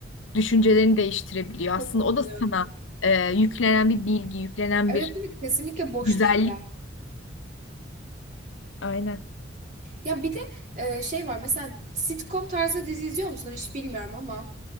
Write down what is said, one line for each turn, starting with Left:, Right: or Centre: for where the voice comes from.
Left: Düşüncelerini değiştirebiliyor.
Right: Çok
Left: Aslında
Right: katılıyorum.
Left: o da sana e, yüklenen bir bilgi, yüklenen
Right: Evet
Left: bir
Right: evet kesinlikle boş
Left: güzellik.
Right: değiller.
Left: Aynen.
Right: Ya bir de e, şey var mesela sitcom tarzı dizi izliyor musun? Hiç bilmiyorum ama.